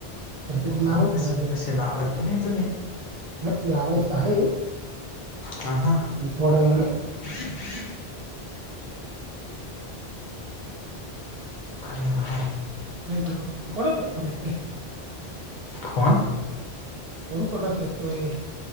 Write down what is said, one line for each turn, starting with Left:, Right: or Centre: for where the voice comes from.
Right: पण तरी लावाल
Left: हा तसे
Right: थोडा वेळ
Left: तसे लावतते नाही तुम्ही
Right: नाही लावाईच आरे
Left: हा हा
Right: पोळा गेले
Left: फ्री फ्री घाले बा आहे
Right: का कत हो
Left: फोन
Right: कोण कोणच तोय